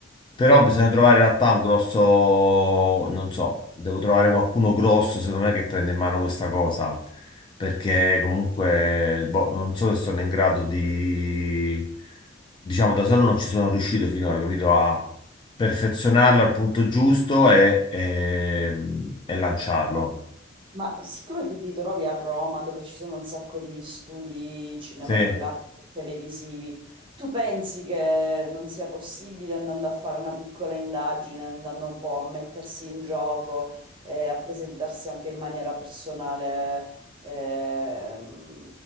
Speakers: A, on the left; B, on the right.
A: però bisogna trovare in realtà un grosso, non so, devo trovare qualcuno grosso secondo me che prenda in mano questa cosa perché comunque boh, non so se sono in grado di, diciamo, da solo non ci sono riuscito finora, capito? A perfezionarlo al punto giusto e, e- e lanciarlo.
B: Ma siccome tu ti trovi a Roma, dove ci sono un sacco di studi cinematografici
A: Sì.
B: e televisivi, tu pensi che non sia possibile andando a fare una piccola indagine, andando un po' a mettersi in gioco e a presentarsi anche in maniera personale, ehm,